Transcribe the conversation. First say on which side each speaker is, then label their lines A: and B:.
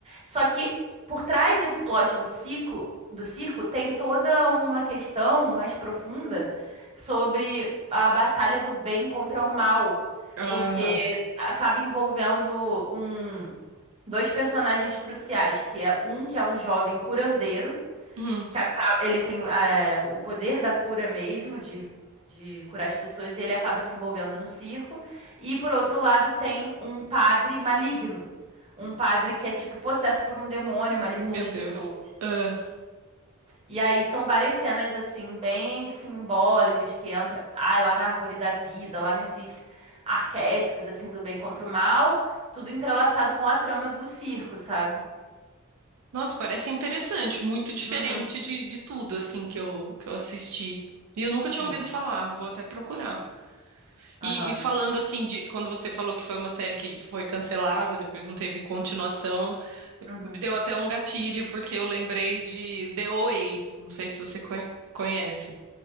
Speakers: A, on the right (about 30°); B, on the right (about 70°).
A: Só que por trás desse plot do ciclo, do circo tem toda uma questão mais profunda sobre a batalha do bem contra o mal,
B: ah,
A: porque acaba envolvendo um dois personagens cruciais, que é um que é um jovem curandeiro,
B: hum,
A: que aca- ele tem é, o poder da cura mesmo, de, de curar as pessoas, e ele acaba se envolvendo no circo. E por outro lado, tem um padre maligno. Um padre que é tipo possesso por um demônio, manipula
B: meu
A: as
B: Deus.
A: pessoas.
B: Ah.
A: E aí são várias cenas assim, bem simbólicas, que entra, ai, lá na árvore da vida, lá nesses arquétipos assim do bem contra o mal, tudo entrelaçado com a trama do circo, sabe?
B: Nossa, parece interessante, muito diferente
A: Uhum.
B: de, de tudo, assim, que eu, que eu assisti. E eu nunca tinha
A: Sim.
B: ouvido falar, vou até procurar. E,
A: Aham.
B: e falando assim de quando você falou que foi uma série que foi cancelada, depois não teve continuação, me
A: Uhum.
B: deu até um gatilho porque eu lembrei de The OA. Não sei se você conhe- conhece.